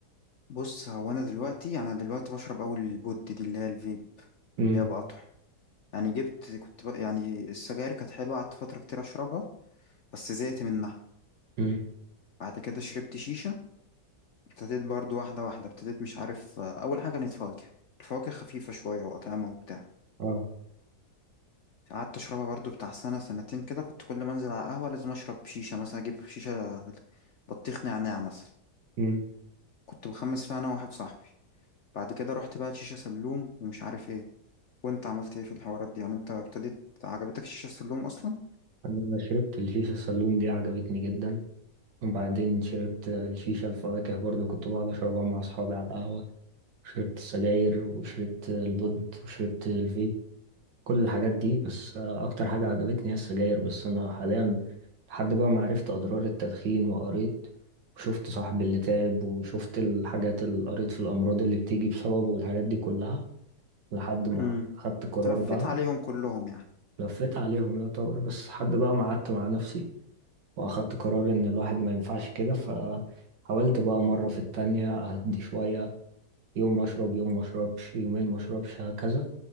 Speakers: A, on the left; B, on the right.
A: بص هو أنا دلوقتي أنا دلوقتي بشرب أول البود دي اللي هي الفيب
B: امم
A: اللي هي بقطع يعني جبت كنت بق... يعني السجاير كانت حلوة قعدت فترة كتير أشربها بس زهقت منها
B: امم
A: بعد كده شربت شيشة ابتديت برضو واحدة واحدة ابتديت مش عارف آه، أول حاجة كانت فواكه الفواكه خفيفة شوية وأطعمة وبتاع
B: اه
A: قعدت أشربها برضو بتاع سنة سنتين كده كنت كل ما أنزل على القهوة لازم أشرب شيشة مثلا أجيب شيشة بطيخ نعناع مثلا
B: امم
A: كنت بخمس فيها أنا وواحد صاحبي بعد كده رحت بقى لشيشة سلوم ومش عارف إيه وأنت عملت إيه في الحوارات دي يعني أنت ابتديت عجبتك الشيشة السلوم أصلا؟
B: انا شربت الشيشة السلوم دي عجبتني جدا وبعدين شربت الشيشة الفواكه برضو كنت بقعد اشربها مع اصحابي على القهوة شربت السجاير وشربت البود وشربت الفيب كل الحاجات دي بس آه، اكتر حاجة عجبتني هي السجاير بس انا حاليا لحد بقى ما عرفت اضرار التدخين وقريت وشفت صاحبي اللي تعب وشفت الحاجات اللي قريت في الامراض اللي بتيجي بسببه والحاجات دي كلها لحد ما
A: امم
B: خدت قرار
A: تلفيت
B: بقى
A: عليهم كلهم يعني
B: لفيت عليهم يعتبر بس لحد بقى ما قعدت مع نفسي واخدت قرار ان الواحد ما ينفعش كده فحاولت بقى مرة في التانية اهدي شوية يوم اشرب يوم ما اشربش يومين ما اشربش هكذا